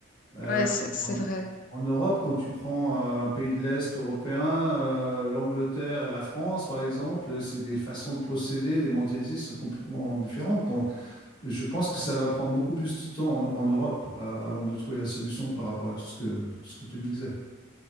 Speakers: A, on the left (about 25°); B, on the left (about 45°).
A: Euh,
B: ouais, c'est c'est
A: en, en-
B: vrai.
A: en Europe, quand tu prends euh, un pays de l'Est européen, euh, l'Angleterre et la France, par exemple, c'est des façons de procéder, des mentalités qui sont complètement différentes. Donc, je pense que ça va prendre beaucoup plus de temps en, en Europe euh, avant de trouver la solution par rapport à tout ce que, tout ce que tu me disais.